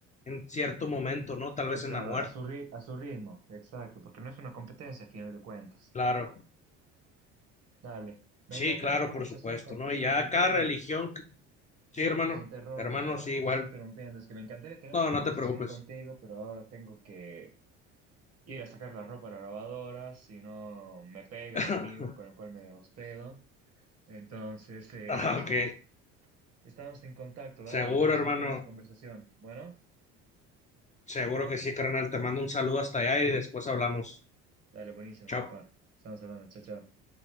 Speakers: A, on the left; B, on the right.
A: en cierto
B: Y
A: momento, ¿no? Tal
B: eh,
A: vez
B: claro,
A: en la muerte,
B: a su ri- a su ritmo, exacto, porque no es una competencia a final de cuentas.
A: claro,
B: Dale, me
A: sí,
B: encantó
A: claro,
B: esta conversación
A: por supuesto,
B: contigo,
A: ¿no? Y ya
B: Vittorio.
A: cada religión, que- sí,
B: Perdón
A: hermano,
B: que te interrumpa,
A: hermano,
B: perdón
A: sí,
B: que
A: igual,
B: te esté interrumpiendo, es que me encantaría tener
A: no,
B: esta conversación
A: no te preocupes,
B: contigo, pero ahora tengo que ir a sacar la ropa a la lavadora, si no me pega
A: <laughs>
B: mi amigo con el cual me hospedo. Entonces, eh,
A: ah,
B: <laughs>
A: ok,
B: Estamos en contacto, dale,
A: seguro,
B: para poder
A: hermano,
B: seguir con esta conversación. Bueno,
A: Seguro que sí, carnal. Te mando un saludo hasta allá y después hablamos.
B: dale, buenísimo,
A: Chao.
B: papá. Estamos hablando, chao, chao.